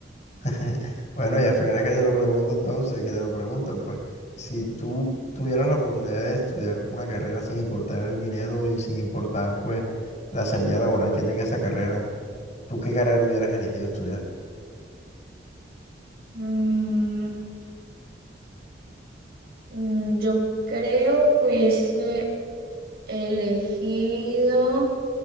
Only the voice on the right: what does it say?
Mm, mm, yo creo que hubiese elegido